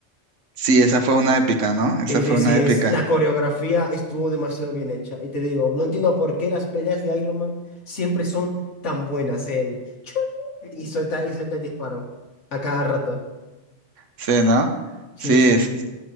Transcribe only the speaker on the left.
Sí, sí,
sí,
es, la coreografía estuvo demasiado bien hecha. Y te digo, no entiendo por qué las peleas de Iron Man siempre son tan buenas. El chun y suelta, y suelta el disparo a cada rato.
Sí,
sí,
sí.